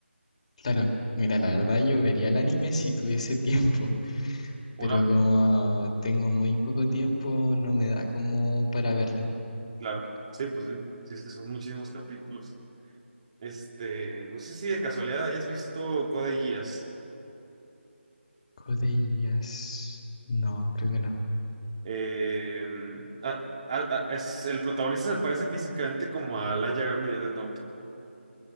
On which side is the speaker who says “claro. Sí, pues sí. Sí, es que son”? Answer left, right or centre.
Right